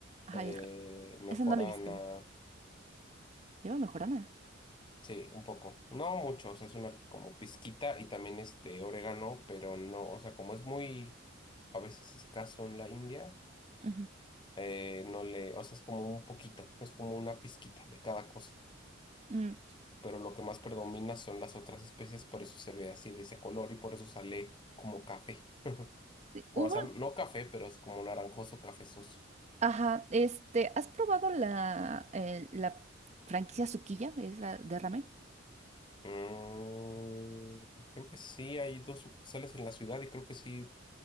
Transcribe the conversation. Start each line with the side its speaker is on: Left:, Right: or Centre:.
Right: Ajá,
Left: eh,
Right: y el car-
Left: mejorana,
Right: ese no lo he visto. Lleva mejorana.
Left: sí, un poco, no mucho, o sea, es una como pizquita y también este orégano, pero no, o sea, como es muy a veces escaso en la India,
Right: Ujú.
Left: eh, no le, o sea, es como un poquito, es como una pizquita de cada cosa,
Right: Mm.
Left: pero lo que más predomina son las otras especies, por eso se ve así de ese color y por eso sale como café.
Right: Sí,
Left: O
Right: Hubo,
Left: sea, no café, pero es como naranjoso cafezoso.
Right: ajá, este, ¿has probado la, el- la franquicia Sukiya, esa de ramen?
Left: Mm, creo que sí, hay dos sucursales en la ciudad y creo que sí